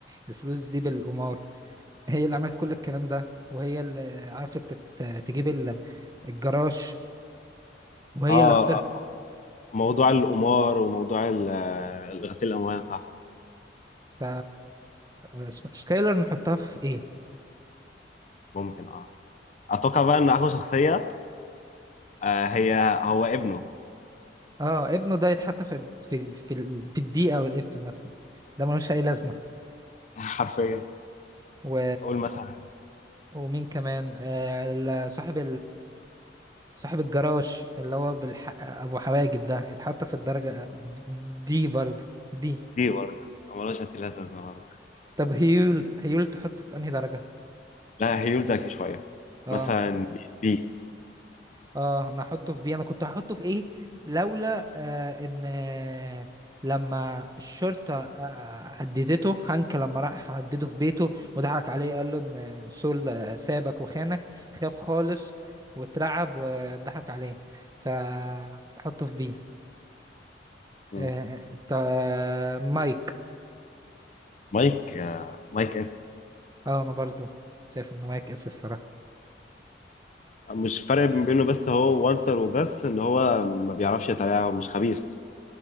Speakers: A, on the right (about 20°); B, on the left (about 40°).
A: الفلوس دي بالقمار هي اللي عملت كل الكلام ده وهي اللي عرفت تت- تجيب ال- الجراج وهي
B: اه
A: اللي اخترت
B: موضوع القمار وموضوع ال- آه، غسيل الأموال صح
A: ف اسم- سكايلر نحطها في ايه
B: ممكن اه أتوقع بقى إن أقوى شخصية آه هي هو ابنه
A: اه ابنه ده يتحط في في في, ال- في الدي او الاف مثلا ده ملوش اي لازمة
B: <laughs> حرفيا
A: و...
B: أقول مثلا
A: ومين كمان آه ال- صاحب صاحب الجراج اللي هو بالح... ابو حواجب ده يتحط في الدرجة دي برضه دي
B: دي برضه ملوش هتلات لازمة برضه
A: طب هيول هيول تحطه في انهي درجة
B: لا هيول ذكي شوية
A: اه
B: مثلا بي
A: اه انا احطه في بي انا كنت هحطه في ايه لولا آه ان آه، لما الشرطة آه هددته هانك لما راح هدده في بيته وضحك عليه قال له ان سول آه، سابك وخانك خاف خالص واترعب وضحك عليه فحطه في بي
B: مم.
A: آه... آه، تا- مايك
B: مايك آه مايك اس
A: اه انا برضو شايف انه مايك اس الصراحه
B: مش فرق بين بينه بس هو والتر وجاس إن هو ما بيعرفش يتابع ومش خبيث